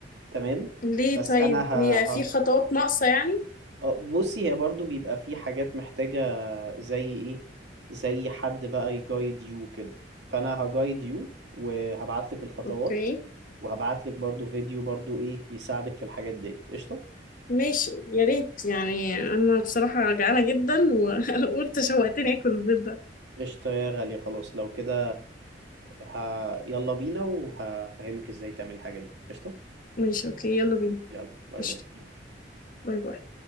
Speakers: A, on the right; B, on the left.
A: تمام
B: ليه
A: بس
B: طيب
A: انا ه-
B: هي في خطوات ناقصه يعني
A: اه بصي هي برضو بيبقى في حاجات محتاجة زي ايه زي حد بقى يجايد يو كده فانا هجايد يو وهبعتلك الخطوات
B: اوكي
A: وهبعتلك برضو فيديو برضو ايه يساعدك في الحاجات دي قشطة
B: ماشي يا ريت يعني انا بصراحة جعانة جدا و- <laughs> وانت شوقتني اكل البيض ده
A: قشطة يا غالية خلاص لو كده ه... يلا بينا وهفهمك ازاي تعمل الحاجات دي قشطة
B: ماشي اوكي يلا بينا
A: يلا باي
B: قشطة
A: باي
B: باي باي